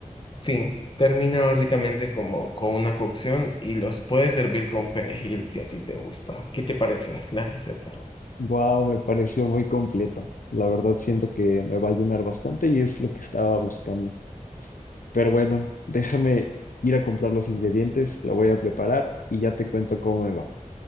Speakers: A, on the left (about 35°); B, on the left (about 85°).
A: Fin, termina básicamente como con una cocción y los puedes servir con perejil si a ti te gusta. ¿Qué te parece la receta?
B: Wow, me pareció muy completa. La verdad siento que me va a llenar bastante y es lo que estaba buscando. Pero bueno, déjame ir a comprar los ingredientes, lo voy a preparar y ya te cuento cómo me va.